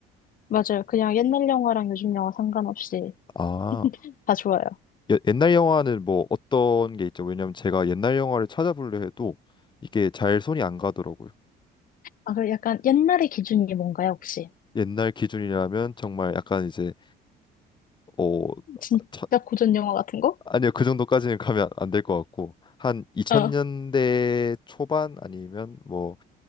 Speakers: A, on the left; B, on the left.
A: 맞아요. 그냥 옛날 영화랑 요즘 영화 상관없이
B: 아,
A: 다 좋아요.
B: 예- 옛날 영화는 뭐 어떤 게 있죠? 왜냐면 제가 옛날 영화를 찾아보려 해도 이게 잘 손이 안 가더라고요.
A: 아, 그럼 약간 옛날의 기준이 뭔가요, 혹시?
B: 옛날 기준이라면 정말 약간 이제 어
A: 진짜
B: 차-
A: 고전 영화 같은 거?
B: 아니요 그 정도까지는 가면 안 될 것 같고 한 2000년대
A: 어.
B: 초반 아니면 뭐